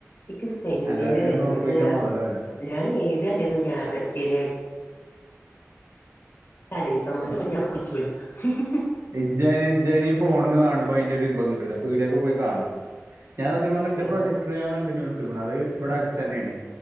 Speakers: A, on the left; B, on the right.
A: ഇക്ക് സ്പെയിനിന്റെ
B: അല്ലാത്തിനൊന്നും
A: <unintelligible>
B: ഉറക്കൊഴിച്ചാൽ
A: പക്ഷേ
B: മുതലാവില്ല
A: ഞാൻ ഏത <unintelligible> <unintelligible>
B: ഇജ്ജൻ ഇജ്ജനീ ഫോണന്ന് കാണുമ്പോ അയിന്റെ ഒരു ഇമ്പം കിട്ടൂല പീടിയക്ക് പോയി കാണണം ഞാൻ സത്യം പറഞ്ഞ എന്റെ
A: ഏഹ്
B: പ്രൊജക്ട് ഞാൻ റെന്റിന് കൊടുത്തു അത് ഇവിടെ അടുത്ത തന്നെയാണ്